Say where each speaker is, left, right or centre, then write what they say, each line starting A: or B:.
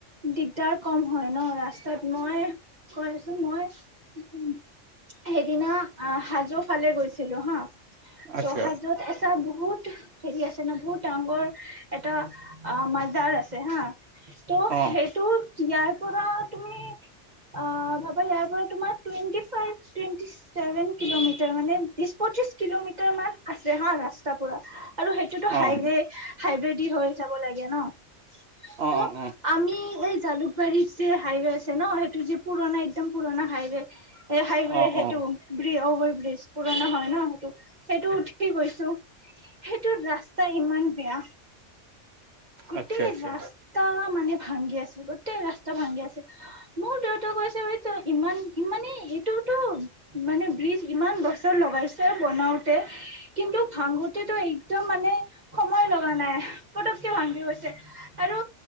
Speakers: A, on the right; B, on the right.
A: দিগদাৰ কম হয় ন ৰাস্তাত মই কৈ আছো মই সেইদিনা হাজো ফালে গৈছিলো হা
B: আচ্ছা
A: ত হাজোত আছা বহুত বহুত হেৰি আছে ন বহুত ডাঙৰ এটা অ মাজাৰ হা ত'
B: অ',
A: সেইটো ইয়াৰ পৰা তুমি অ ভাবা ইয়াৰ পৰা তোমাৰ twenty five twenty seven kilometre মানে বিশ, পঁচিশ কিলোমিটাৰ মান আছে হা ৰাস্তা পুৰা আৰু সেইটোতো
B: অ',
A: হাইৱে হাইৱবেদি হৈ যাব লাগে ন
B: অ',
A: ত
B: অ', অ',
A: আমি এই জালুকবাৰীত যে হাইৱে আছে ন সেইটো যে পুৰণা একদম পুৰণা হাইৱে এই হাইৱে
B: অ',
A: সেইটো
B: অ
A: বি ঔ বিজ পুৰণা হয় ন সেইটো সেইটো উঠি গৈছো সেইটো ৰাস্তা ইমান বেয়া গোটেই
B: আচ্ছা, আচ্ছা,
A: ৰাস্তা মানে ভাংগি আছে গোটেই ৰাস্তা ভাংগি আছে মোৰ দেউতাক কৈছে এইটো ইমান ইমানে এইটোতো মানে ব্ৰিজ ইমান বছৰ লগাইছে বনাওতে কিন্তু ভাঙোতেতটো একদম মানে সময় লগা নাই পটককে ভাংগি গৈছে ছে আৰু